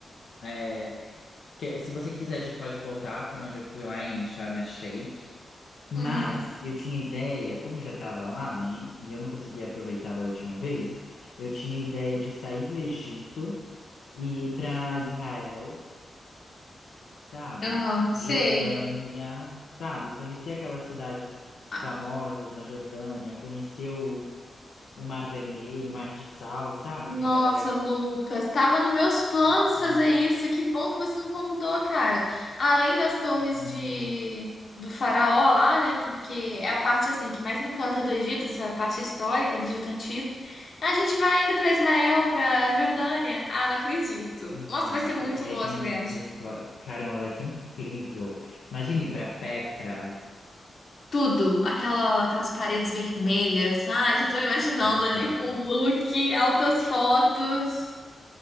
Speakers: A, on the left; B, on the left.
A: É, que- se você quiser, a gente pode voltar para onde eu fui lá em Sharm el-Sheikh. Mas
B: uhum.
A: eu tinha ideia, como eu já estava lá, né, e eu não conseguia aproveitar da última vez, eu tinha ideia de sair do Egito e ir para Israel. sabe?
B: Aham, sei.
A: Jordânia, sabe? Conhecer aquelas cidades
B: Ah,
A: famosas na Jordânia, conhecer o, o Mar Vermelho, o Mar de Sal, sabe?
B: Nossa,
A: Que a galera
B: Lucas, estava nos meus planos
A: cultua.
B: fazer isso. e Que bom que você me convidou, cara. Além das torres
A: Caramba.
B: de do faraó lá, né? Porque é a parte assim que mais me encanta do Egito, essa parte histórica do Egito antigo. A gente vai ainda para Israel, para Jordânia. Ah, não acredito.
A: Exato.
B: Nossa, vai ser muito
A: E
B: boa
A: aí tem
B: essa
A: muita
B: viagem.
A: história. Caramba, vai ser incrível. Imagine ir para Petra.
B: Tudo, aquela, aquelas paredes vermelhas. Ai, já tô me imaginando
A: Exato.
B: ali com o look, altas fotos.